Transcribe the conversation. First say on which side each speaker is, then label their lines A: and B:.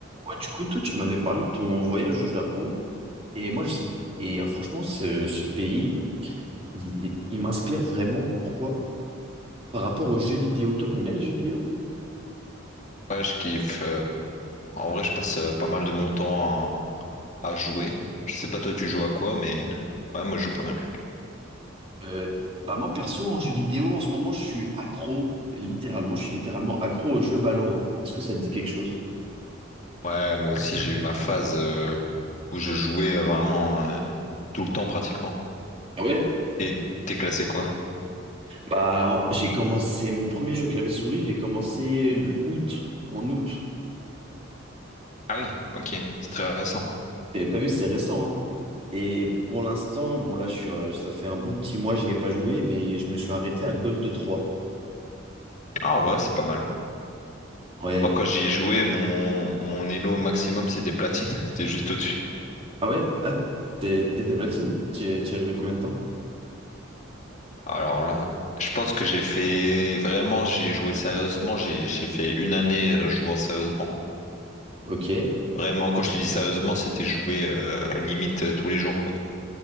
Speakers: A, on the right; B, on the left.
A: Ouais, du coup, toi, tu m'avais parlé de ton voyage au Japon. Et moi, je sais. Et euh, franchement, ce, ce pays, il, est- il m'inspire vraiment. Pourquoi? Par rapport aux jeux vidéo. Toi, t'aimes bien les jeux vidéo?
B: Ouais, je kiffe. euh, En vrai, je passe euh, pas mal de mon temps à, à jouer. Je sais pas toi, tu joues à quoi, mais ouais, moi, je joue pas mal.
A: Euh, bah moi, perso, en jeux vidéo, en ce moment, je suis accro. Littéralement, je suis littéralement accro au jeu Valorant. Est-ce que ça te dit quelque chose?
B: Ouais, moi aussi, j'ai eu ma phase euh, où je jouais euh, vraiment euh, tout le temps pratiquement.
A: Ah ouais?
B: Et t'es classé quoi?
A: Bah, en- j'ai commencé mon premier jeu clavier-souris, j'ai commencé l'août, en août.
B: Ah oui, ok, c'est très récent.
A: T'as t'as vu, c'est récent, hein? Et pour l'instant, bon là, je suis, euh, ça fait un bon petit mois, j'y ai pas joué, mais je me suis arrêté à Gold Trois.
B: Ah, en vrai, c'est pas mal.
A: Ouais.
B: Moi, quand j'y jouais, mon, mon elo maximum, c'est des platines. <laughs> T'es juste au-dessus.
A: Ah ouais, ah, t'es- t'étais platine. Tu tu as joué combien de temps?
B: Alors là, je pense que j'ai fait vraiment, j'ai joué sérieusement. J'ai j'ai fait une année euh, jouant sérieusement.
A: Ok. Ouais,
B: Vraiment, quand je te dis sérieusement, c'était joué euh, limite euh, tous les jours, quoi.